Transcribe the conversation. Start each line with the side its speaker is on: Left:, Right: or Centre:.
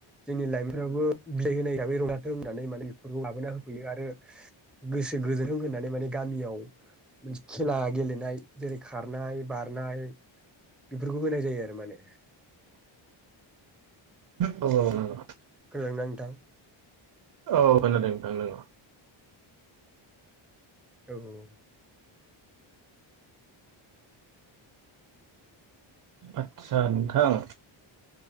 Centre: जोंनि लाइमोनफ्राबो बिलाइ होनाय हिसाबै रंजाथों, होनानै इफोरखौ लाबोना होफैयो आरो गोसो गोरोब होनानै माने गामियाव खेला गेलेनाय जेरै खारनाय बारनाय, बेफोरखौ होनाय जायो आरो माने,
Right: औ नंगौ
Centre: खोनादों ना नोंथां?
Right: औ खोनादों नोथां नंगौ।
Centre: औ औ
Right: आदसा नोंथां